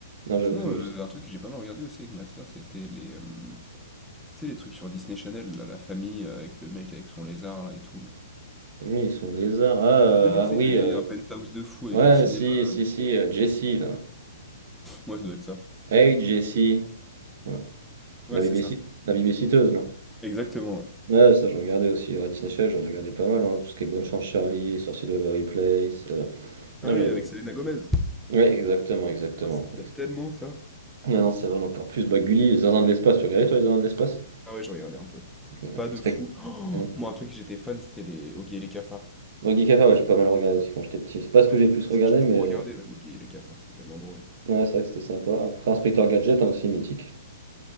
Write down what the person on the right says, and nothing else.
Non, j'avoue
que Mini
Justice.
ah Oui, ils sont lézards. Ah, euh,
ah oui,
euh,
ouais,
si, si,
si, euh, Jessie, là.
Hey, Jessie. Voilà.
La BBC,
la bébé là.
Ouais, ça, je regardais aussi. À Disney Channel, j'en regardais pas mal, hein, Tout ce qui est Bonne Chance Charlie, Sorcier de Waverly Place. euh,
Non,
j'en ai
Ouais, exactement, exactement.
Ah non, c'est vrai, encore plus. Bah, Gulli, les Zinzins de l'espace, tu regardais toi les Zinzins de l'espace?
Ouais,
Respect.
Ouais.
Non, Guy ouais, j'ai pas mal regardé aussi quand j'étais petit. C'est pas ce
que j'ai
plus
regardé,
mais
ouais, c'est vrai que c'était sympa. Après, Inspecteur Gadget, hein, aussi mythique.